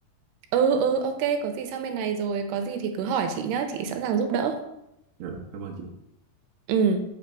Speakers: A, on the right; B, on the right.
A: Ừ ừ ok có gì sang bên này rồi có gì thì cứ hỏi chị nhá, chị sẵn sàng giúp đỡ.
B: Rồi. Cảm ơn chị.
A: Ừ.